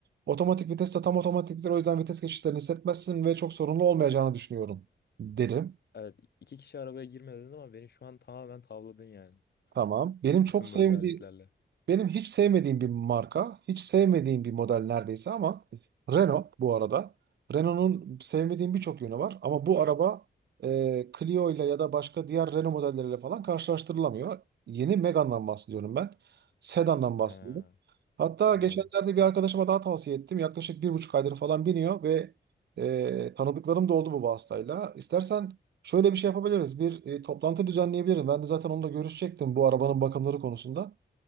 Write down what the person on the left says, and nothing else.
Evet iki kişi arabaya girmedin ama beni şu an tamamen tavladın yani.
Bütün
bu özelliklerle.
He
anladım.